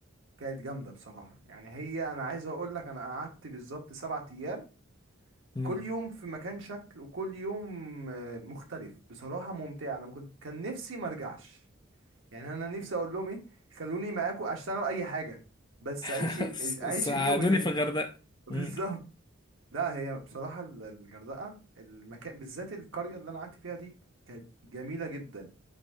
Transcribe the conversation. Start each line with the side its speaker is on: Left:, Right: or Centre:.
Right: كانت جامده بصراحه يعني هي انا عايز اقول لك انا قعدت بالظبط سبعة ايام
Left: مم.
Right: كل يوم في مكان شكل وكل يوم آه، مختلف بصراحة ممتعة انا ما كنت كان نفسي ما ارجعش يعني انا نفسي اقول لهم ايه خلوني معاكم اشتغل اي حاجة بس
Left: <laughs>
Right: اعيش ال-
Left: س-
Right: اعيش
Left: ساعدوني
Right: اليوم الحياة
Left: في
Right: هناك <laughs> دول
Left: الغردقه
Right: بالظبط
Left: مم.
Right: لا هي بصراحة ال- الغردقة المكان بالذات القرية اللي انا قعدت فيها دي كانت جميلة جدا